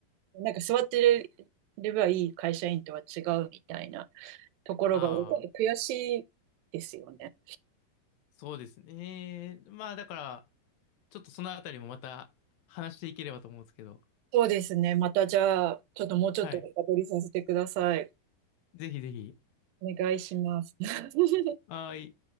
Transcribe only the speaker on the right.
金。なんか座ってればいい会社員とは違うみたいなところが、
やっぱり悔しいですよね。
そうですね。またじゃあ、ちょっともうちょっと深掘りさせてください。
お願いします。<laughs>